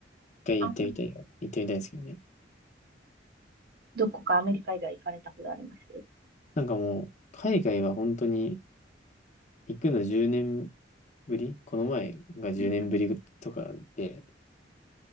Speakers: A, on the left (about 40°); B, on the right (about 55°).
A: 回行ってみたいよ。
B: あ、そうなんだ。
A: 行ってみたいですけどね。
B: どこかアメリカ以外行かれたことあります
A: なんかもう、海外は本当に行くの10年ぶりこの前が10年ぶりとかで、